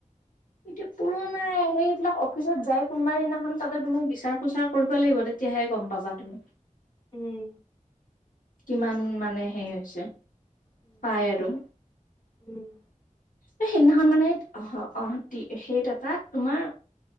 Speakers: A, on the left; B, on the left.
A: এতিয়া পুৰণা সেইবিলাক অফিচত যাই কোনোবা দিনাখন তাতে তুমি বিচাৰ - হোচাৰ কৰিব লাগিব তেতিয়াহে গম পাবা তুমি।
B: উম
A: কিমান মানে হেই হৈছে
B: উম
A: পাই আৰু।
B: উম
A: এ 'সেইদিনাখন মানে অহ -অহ সেইত এটা তোমাৰ